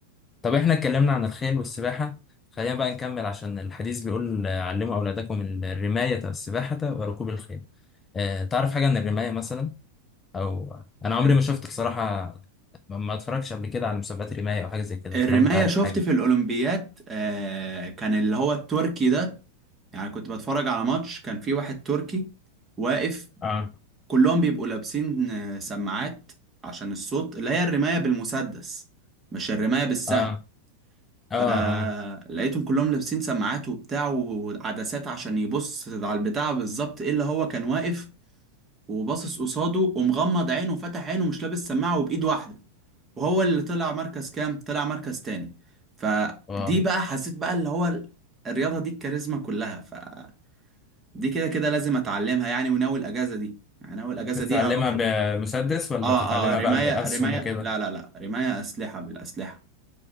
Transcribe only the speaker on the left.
طب احنا اتكلمنا عن الخيل والسباحة خلينا بقى نكمل عشان الحديث بيقول آه، علموا أولادكم الرماية والسباحة وركوب الخيل اه تعرف حاجة عن الرماية مثلا أو أنا عمري
ما شفت بصراحة ما ما اتفرجتش قبل كده على مسابقات رماية أو حاجة زي كده
فلو أنت عارف
حاجة
اه
اه
اه اه
واو
بتتعلمها
بمسدس ولا
بتتعلمها
بقى بأسهم
وكده